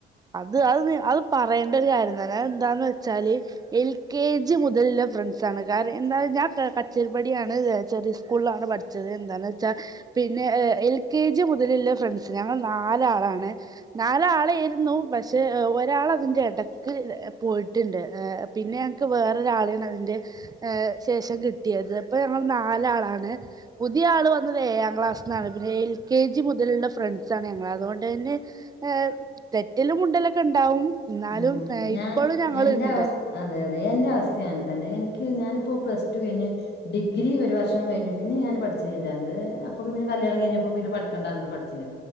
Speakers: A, on the right; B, on the left.
A: അത് അത് അഅ് പറയണ്ട ഒരു കാര്യ ങ്ങനെ അഅ് എന്താന്ന് വെച്ചാല് എൽ കെ ജി മുതലുള്ള ഫ്രണ്ട്സാണ് കാര്യ എന്താ ഞാൻ കച്ചേരിപ്പടിയാണ് ചെറിയ സ്കൂളിലാണ് പഠിച്ചത് എന്താന്ന് വെച്ചാ പിന്നെ എൽ കെ ജി മുതലുള്ള ഫ്രണ്ട്സ് ഞങ്ങൾ നാലാളാണ് നാലാളേയിര്ന്നു പക്ഷെ ഒരാളതിന്റെടക്ക് പോയിട്ട്ണ്ട് പിന്നെ ഞങ്ങക്ക് വേറൊരാളെണ് അതിന്റെ ശേഷം കിട്ടിയത് അപ്പൊ ഞങ്ങൾ നാലാളാണ് പുതിയ ആൾ വന്നത് എയാം ക്ലാസ്സ്ന്നാണ് പിന്നെ എൽ കെ ജി മുതലുള്ള ഫ്രണ്ട്സാണ് ഞങ്ങള് അതൊണ്ടെന്നെ ഏം തെറ്റലും മുണ്ടലൊക്കെണ്ടാവും ന്നാലും
B: ഉം ഞാൻ
A: ഇപ്പോളും ഞങ്ങള്ണ്ട്
B: എന്റെ അവസ് അതെ എന്റെ അവസ്ഥി അങ്ങൻതന്നെ എനിക്ക് ഞാനിപ്പോ പ്ലസ് ടു കഴിഞ്ഞ് ഡിഗ്രി ഒരു വർഷം കഴിഞ്ഞ് പിന്നെ ഞാൻ പഠിച്ചതില്ല അത് അപ്പൊ പിന്നെ കല്യാണം കഴിഞ്ഞപ്പോ പിന്നെ പഠിക്കണ്ടാർഞ്ഞിട്ട് പഠിച്ചില്ല